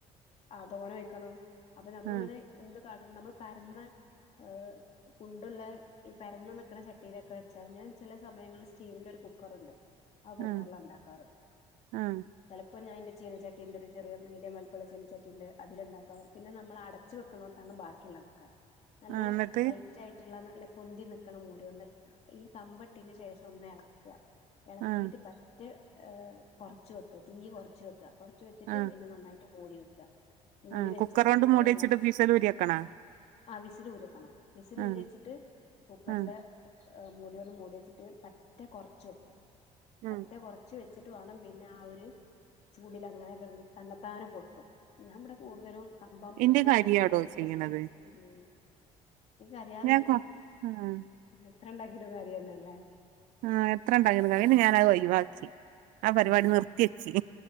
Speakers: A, on the left; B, on the right.
A: ആ ദോന വെക്കണ് അപ്പൊ നമ്മൾ
B: ഉം
A: ഇങ്ങനെ എന്ത് കാട്ടണം നമ്മൾ പരന്ന ആ കുണ്ടുള്ള ഈ പരന്ന നിക്കണ ചട്ടിയിലൊക്കെ വെച്ചാൽ, ഞാൻ ചില സമയങ്ങളിൽ സ്റ്റീലിന്റെ ഒരു കുക്കറുണ്ട്. ആ കുക്കറില
B: ഉം
A: ഉണ്ടാക്കാറ്
B: ഉം
A: ചിലപ്പോ ഞാനെന്റെ ചീനച്ചട്ടിൻ്റെ ഒരു ചെറിയ മീഡിയം വലപ്പമുള്ള ചീനച്ചട്ടി ഉണ്ട് അതിലുണ്ടാക്കാവും പിന്നെ നമ്മൾ അടച്ചു വെക്കണോടത്താണ് ബാക്കിയുള്ളതൊക്ക. നല്ല
B: ആ എന്നിട്ട്
A: ടൈറ്റ് ആയിട്ടുള്ള അല്ല പൊന്തി നിക്കണം മൂടി കൊണ്ട് ഈ കമ്പട്ടിന് ശേഷം ഒന്ന് ഇളക്കുക. ഇളക്കിട്ട്
B: ആഹ്
A: പറ്റ ഹ കുറച്ച വെക്കുക, തീ കുറച്ച് വെക്കുക. കുറച്ച് വെച്ചിട്ട്
B: ആഹ്
A: പിന്നെ നന്നായിട്ട് മൂടി വെക്ക. മൂടി
B: ആഹ്
A: വെച്ചാല്
B: കുക്കറോണ്ട് മൂടി
A: അതങ്ങെ
B: വെച്ചിട്ട് ഫീസലൂരി വെക്കണാ
A: ആ വിസൽ ഊരിവെക്കണം വിസൽ
B: ആഹ്
A: ഊരി വച്ചിട്ട് കുക്കറിന്റെ
B: ആഹ്
A: ങഅ മൂടി കൊണ്ട് മൂടി വെച്ചിട്ട് പറ്റേ കുറച്ച് വെക്ക.
B: ആഹ്
A: അത്ര കുറച്ച് വ ച്ചിട്ട് വേണം പിന്നെ ആ ഒരു ചൂടൽ അങ്ങനെ കിടന്നിട്ട് തണ്ടത്താന പൊട്ടും. ഞാൻ ഇവിടെ കൂടുതലും കമ്പം ഇങ്ങനെ
B: ഇന്റെ
A: കൊണ്ട്ന്ന്
B: കരിയാടോ
A: വെച്ചിട്ട് അവിടത്തെ
B: ചെയ്യണത്
A: സ്മെല്ല് മ് <unintelligible> യാറില്ല.
B: ഞാൻ കൊ ആഹ്
A: ഇത്രണ്ടാക്കിട്ട് കാര്യ ഒന്നെല്ലേ?
B: ആഹ എത്ര ഉണ്ടാക്കിട്ടു പിന്നെ ഞാനത് ഒഴിവാക്കി. ആ പരിപാടി
A: ഉം
B: നിർത്തിെച്ച്.